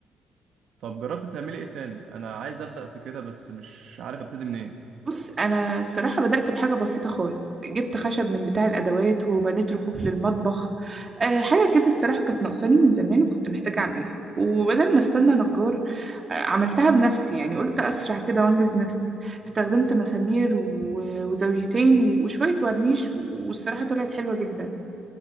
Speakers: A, on the right; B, on the right.
A: طب جربت تعملي ايه تاني انا عايز ابدا في كده بس مش عارف ابتدي منين
B: بص انا الصراحه بدات بحاجه بسيطه خالص جبت خشب من بتاع الادوات وبنيت رفوف للمطبخ أه حاجه كده الصراحه كانت ناقصاني من زمان وكنت محتاجه اعملها وبدل ما استنى نجار أه عملتها بنفسي يعني قلت اسرع كده وانجز نفسي استخدمت مسامير و- وزاويتين وشويه ورنيش والصراحه طلعت حلوه جدا